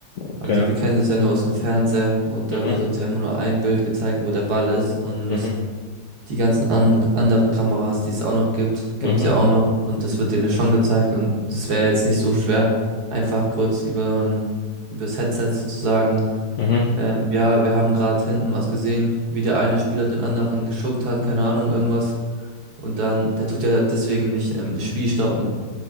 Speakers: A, on the left; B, on the right.
A: Okay.
B: also wir kennen das ja nur aus dem Fernseher und
A: Mhm.
B: da wird uns ja immer nur ein Bild gezeigt, wo der Ball ist und
A: Mhm.
B: die ganzen an anderen Kameras, die es auch noch gibt, gibt
A: Mhm.
B: es ja auch noch. Und das wird denen schon gezeigt. Und das wäre jetzt nicht so schwer, einfach kurz über, übers Headset zu sagen,
A: Mhm.
B: ähm, ja, wir haben gerade hinten was gesehen, wie der eine Spieler den anderen geschuckt hat, keine Ahnung, irgendwas. Und dann, der tut ja deswegen nicht ähm, das Spiel stoppen.